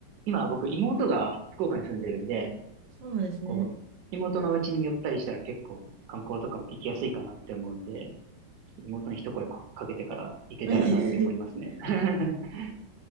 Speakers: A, on the right; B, on the right.
A: 今僕妹が福岡に住んでるんで、
B: そうなんですね。
A: こう、妹のうちに寄ったりしたら結構観光とかも行きやすいかなって思うんで、妹に一声かかけてから行けたらなって思いますね。
B: <laughs>
A: <laughs>